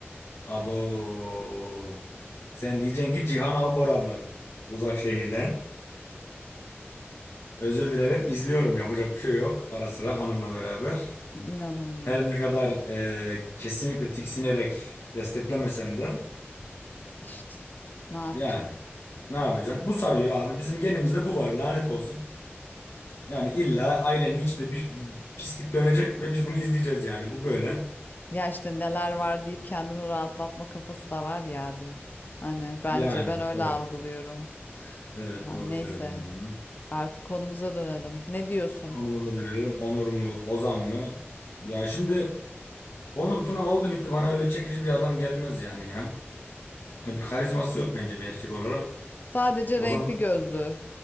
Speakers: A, on the left; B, on the left.
A: Abo. Sen diyeceksin ki Cihan Albora mı? Uzak şehirden. Özür dilerim izliyorum yapacak bir şey yok. Ara sıra hanımla beraber.
B: İnanılmaz.
A: Her ne kadar e, kesinlikle tiksinerek desteklemesem de
B: İşte ne yapacağım?
A: yani ne yapacaksın? Bu sarıyor abi bizim genimizde bu var lanet olsun. Yani illa ailenin içinde bir pislik dönecek ve biz bunu izleyeceğiz yani. Bu böyle.
B: Ya işte neler var deyip kendini rahatlatma kafası da var ya abi. Hani bence
A: Yani
B: ben öyle
A: evet.
B: algılıyorum.
A: Evet
B: Ha,
A: doğru
B: neyse
A: söylüyorsun. Hı.
B: artık konumuza dönelim. Ne diyorsun?
A: Konumuza dönelim. Onur mu? Ozan mı? Ya şimdi Onur Tuna oldu bitti. Bana öyle çekici bir adam gelmez yani ya. Hani bir karizması yok bence bir erkek olarak.
B: Sadece
A: Ozan
B: renkli gözlü.